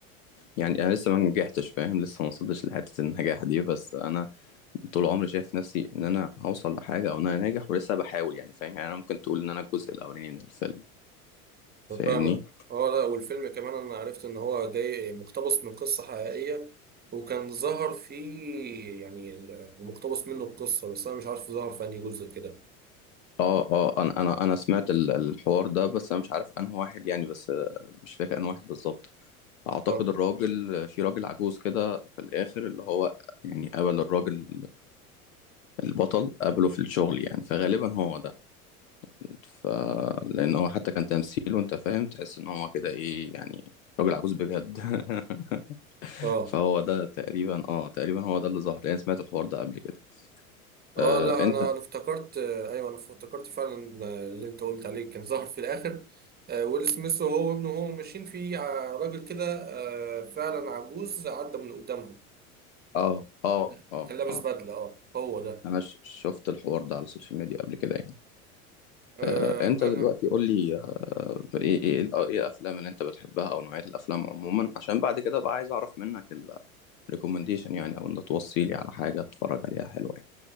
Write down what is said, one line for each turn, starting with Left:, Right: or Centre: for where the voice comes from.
Left: يعني انا لسه ما نجحتش فاهم لسه ما وصلتش لحتة النجاح دي بس انا طول عمري شايف نفسي ان انا هوصل لحاجة او ان انا ناجح ولسه بحاول يعني فاهم يعني انا ممكن تقول ان انا الجزء الاولاني من الفيلم فاهمني
Right: أنا فاهمك اه لا والفيلم كمان انا عرفت ان هو جاي مقتبس من قصة حقيقية وكان ظهر فيه يعني ال- المقتبس منه القصة بس انا مش عارف ظهر في انهي جزء كده
Left: اه اه انا انا انا سمعت ال- الحوار ده بس انا مش عارف انه واحد يعني بس آه، مش فاكر انه واحد بالظبط اعتقد
Right: اه
Left: الراجل في راجل عجوز كده في الاخر اللي هو يعني قبل الراجل البطل قابله في الشغل يعني فغالبا هو ده ف لان هو حتى كان تمثيله انت فاهم تحس ان هو كده ايه يعني راجل عجوز بجد <laughs>
Right: اه
Left: فهو ده تقريبا اه تقريبا هو ده اللي ظهر يعني سمعت الحوار ده قبل كده
Right: اه
Left: آه
Right: لا
Left: انت
Right: انا انا افتكرت آه، ايوه انا افتكرت فعلا اللي انت قلت عليه كان ظهر في الاخر آه، ويل سميث وهو وابنه وهو ماشيين في ع- راجل كده آه، فعلا عجوز عدى من قدامهم
Left: اه اه
Right: ده-
Left: اه
Right: كان لابس
Left: اه
Right: بدلة اه هو ده
Left: انا ش- شفت الحوار ده على السوشيال ميديا قبل كده يعني
Right: آه
Left: آه انت
Right: انا
Left: دلوقتي قول لي آه ايه ايه ال- ايه الافلام اللي انت بتحبها او نوعية الافلام عموما عشان بعد كده بقى عايز اعرف منك الريكومنديشن يعني او انت توصي لي على حاجة اتفرج عليها حلوة